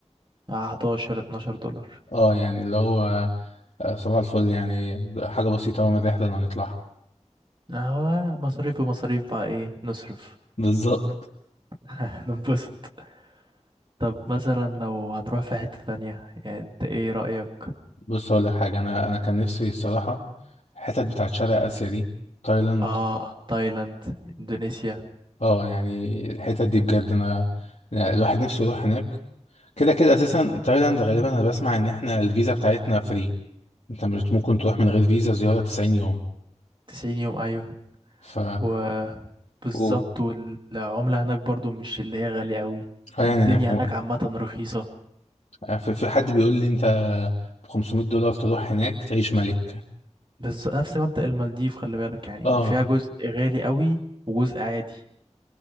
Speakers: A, on the right; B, on the left.
A: 11 12 دولار
B: اه يعني اللي هو آه، صباح الفل يعني حاجة بسيطة أوي من الرحلة اللي هنطلعها
A: هو مصاريف بمصاريف بقى ايه نصرف
B: بالظبط
A: <laughs> ننبسط طب مثلا لو هنروح في حتة ثانية يعني انت ايه رأيك
B: بص أقول لك حاجة أنا أنا كان نفسي الصراحة الحتت بتاعت شرق آسيا دي تايلاند
A: اه تايلاند اندونيسيا
B: اه يعني الحتت دي بجد أنا يعني الواحد نفسه يروح هناك كده كده أساسا تايلاند غالبا أنا بسمع إن إحنا الفيزا بتاعتنا فري أنت مش ممكن تروح من غير فيزا زيارة 90 يوم
A: 90 يوم ايوه
B: ف
A: وبالظبط
B: قول
A: والعملة هناك برضو مش اللي هي غالية قوي
B: اه
A: الدنيا
B: يعني أنا كان
A: هناك عامة رخيصة
B: آه، في في حد بيقول لي أنت ب 500 دولار تروح هناك تعيش ملك
A: بس نفس مبدأ المالديف خلي بالك يعني
B: اه
A: فيها جزء غالي قوي وجزء عادي